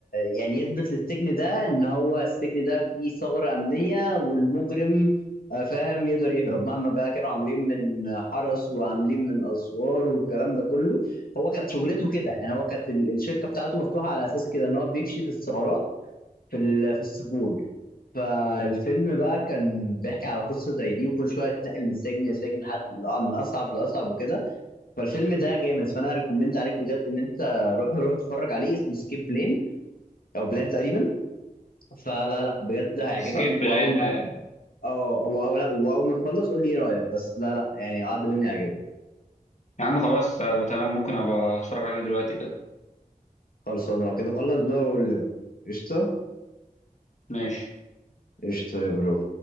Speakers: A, on the left; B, on the left.
A: يعني يثبت للسجن ده ان هو السجن ده فيه ثغرة أمنية والمجرم آه، فاهم يقدر يهرب مهما بقى كانوا عاملين من حرس وعاملين من اسوار والكلام ده كله هو كانت شغلته كده يعني هو كانت ال- الشركة بتاعته مفتوحة على اساس كده ان هو بيكشف الثغرات في ال- في السجون فالفيلم بقى كان بيحكي على قصة زي دي وكل شوية تنقل من سجن لسجن لحد آه، من أصعب لأصعب وكده فالفيلم ده جامد فأنا ريكومند عليك بجد إن أنت روح روح اتفرج عليه اسمه سكيب بلين أو بلان تقريبا فلا لا بجد هيعجبك
B: سكيب
A: وأول
B: بلان
A: ما
B: آه،
A: أه أو أو لا وأول ما تخلص قول لي إيه رأيك بس لا لا يعني عاد مني هيعجبك
B: يا عم خلاص آه، تمام ممكن ابقى اتفرج عليه دلوقتي كده
A: خلاص أنا لو كده خلص بقى وقول لي رأيك قشطة
B: ماشي
A: قشطة يا برو